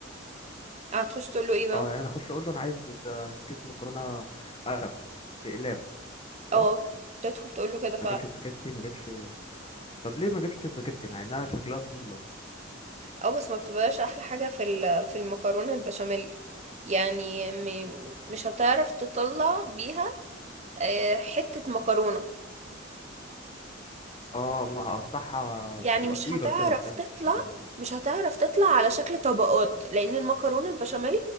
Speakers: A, on the right; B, on the left.
A: هتخش تقول له ايه بقى
B: اه يعني أنا أخش أقول له أنا عايز آه، كيس مكرونة قلم بأقلام
A: اه
B: صح؟
A: تدخل تقول له كده فعلا
B: ما أجيبش سباكيتي ما أجيبش طب ليه ما أجيبش سباكيتي مع إنها شكلها طويلة
A: اه بس ما بتبقاش أحلى حاجة في ال- في المكرونة البشاميل يعني م- مش هتعرف تطلع بيها آه، حتة مكرونة
B: اه ما هقطعها
A: يعني
B: هتبقى
A: مش
B: طويلة
A: هتعرف
B: كده فهمت
A: تطلع
B: تمام
A: مش هتعرف تطلع على شكل طبقات لأن المكرونة البشاميل